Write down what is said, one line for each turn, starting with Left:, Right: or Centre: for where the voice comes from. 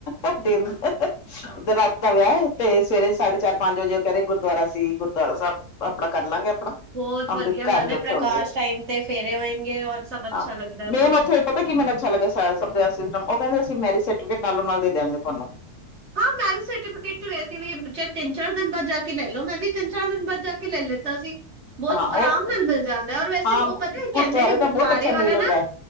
Left: ਘੱਟੇ ਨੂੰ <unintelligible> ਤੇ ਰਾਤ ਦਾ ਵਿਆਹ ਤੇ ਸਵੇਰੇ ਸਾਢੇ ਚਾਰ- ਪੰਜ ਵਜੇ ਉਹ ਕਹਿ ਰਹੇ ਗੁਰਦੁਆਰਾ ਸੀ ਗੁਰਦੁਆਰਾ ਸਾਹਿਬ ਆਪਣਾ ਕਰ ਲਾਂਗੇ। ਆਪਣਾ
Right: ਬਹੁਤ
Left: ਅੰਮ੍ਰਿਤ
Right: ਵਧੀਆ
Left: ਕਾਰਜ
Right: ਗੱਲ ਹੈ
Left: ਉੱਥੇ
Right: ਪ੍ਰਕਾਸ਼
Left: ਹੋਣਗੇ
Right: ਟਾਈਮ ਤੇ ਫੇਰੇ ਹੋਏਗੇ, ਔਰ ਸਭ ਅੱਛਾ
Left: ਹਾਂ
Right: ਲੱਗਦਾ ਬਹੁਤ
Left: ਮੇਨ ਉੱਥੇ ਪਤਾ ਕੀ ਮੈਨੂੰ ਅੱਛਾ ਸਬ ਤੋ ਜਿਆਦਾ ਸਿਸਟਮ ਓ ਕਹਿੰਦੇ, ਅਸੀਂ ਮੈਰਿਜ ਸਰਟੀਫਿਕੇਟ ਨਾਲੋਂ-ਨਾਲ ਦੇ ਦਿਆਂਗੇ ਤੁਹਾਨੂੰ।
Right: ਹਾਂ ਮੈਰਿਜ ਸਰਟੀਕੇਟ ਵੈਸ ਵੀ ਤਿੰਨ-ਚਾਰ ਦਿਨ ਬਾਦ ਜਾਕੇ ਕੇ ਲੈ ਲਓ ਮੈਂ ਵੀ ਤਿੰਨ ਚਾਰ ਦਿਨ ਬਾਦ ਜਾ ਕੇ ਲੈ ਲਿੱਤਾ ਸੀ। ਬਹੁਤ
Left: ਹਾਂ
Right: ਆਰਾਮ
Left: ਉਹ
Right: ਨਾਲ ਮਿਲ ਜਾਂਦਾ ਔਰ ਵੈਸੇ
Left: ਹਾਂ
Right: ਉਹ
Left: ਗੁਰਦੁਆਰੇ
Right: ਪਤਾ ਕਹਿੰਦੇ ਨੇ
Left: ਦਾ
Right: ਗੁਰਦੁਆਰੇ
Left: ਬਹੁਤ ਅੱਛਾ
Right: ਵਾਲਾ
Left: ਮਿਲ ਜਾਂਦਾ
Right: ਨਾ